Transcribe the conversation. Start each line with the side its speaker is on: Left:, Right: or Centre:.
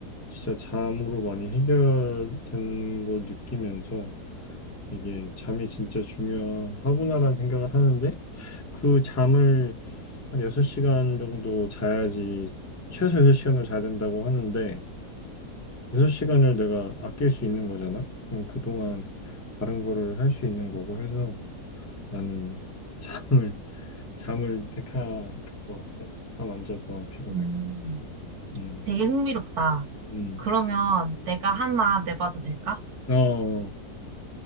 Left: 진짜 잠으로 많이 해결되는 걸 느끼면서 이게 잠이 진짜 중요하구나라는 생각을 하는데 그 잠을 한 6시간 정도 자야지 최소 6시간을 자야 된다고 하는데 6시간을 내가 아낄 수 있는 거잖아? 그럼 그동안 다른 거를 할 수 있는 거고 해서 나는 <laughs> 잠을, 잠을 택할 것 같아. 잠안 자도 안 피곤하게.
Right: 음.
Left: 음,
Right: 되게 흥미롭다.
Left: 음.
Right: 그러면 내가 하나 내봐도 될까?
Left: 어, 어,